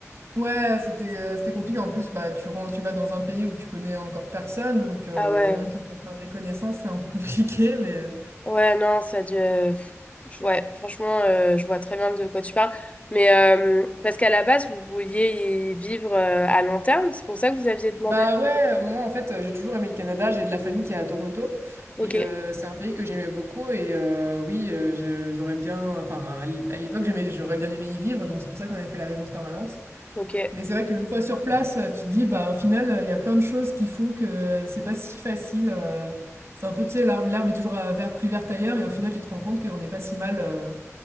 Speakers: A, on the right; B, on the left.
A: Ouais, c'était, heu, c'était compliqué. En plus, bah, tu ren tu vas dans un pays où tu connais encore personne, donc heu,
B: Ah ouais.
A: rien que pour faire des connaissances, c'est un peu <laughs> compliqué, mais euh.
B: Ouais, non, ça a dû... euh, pff, je- Ouais, franchement, euh, je vois très bien de quoi tu parles. Mais euh, parce qu'à la base, vous vouliez y vivre euh, à long terme, c'est pour ça que vous aviez demandé.
A: Bah, ouais, moi, en fait, j'ai toujours aimé le Canada. J'ai de la famille qui est à Toronto
B: Ok,
A: et heu, c'est un pays que j'aimais beaucoup et heu, oui, heu, je j'aurais bien enfin, à l'é à l'époque, j'aimais j'aurais bien aimé y vivre, donc c'est pour ça qu'on avait fait la résidence permanente
B: ok,
A: Mais c'est vrai qu'une fois sur place, euh, tu te dis, bah, au final, euh, il y a plein de choses qui font que euh, c'est pas si facile. euh, C'est un peu, tu sais, l'herbe l'herbe est toujours euh, vert- plus verte ailleurs, et au final, tu te rends compte qu'on n'est pas si mal euh,